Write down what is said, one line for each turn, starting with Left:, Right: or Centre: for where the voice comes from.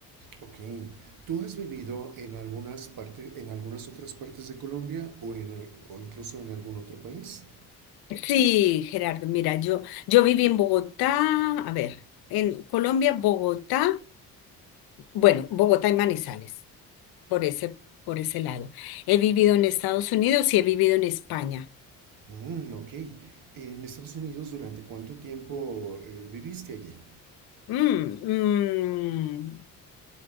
Right: Ok. ¿Tú has vivido en algunas partes, en algunas otras partes de Colombia o en al- o incluso en algún otro país?
Left: Sí, Gerardo, mira, yo, yo viví en Bogotá, a ver, en Colombia, Bogotá, bueno, Bogotá y Manizales, por ese, por ese lado. He vivido en Estados Unidos y he vivido en España.
Right: Mm, mm, ok. En Estados Unidos, ¿durante cuánto tiempo eh, viviste allí?
Left: Mm, mm,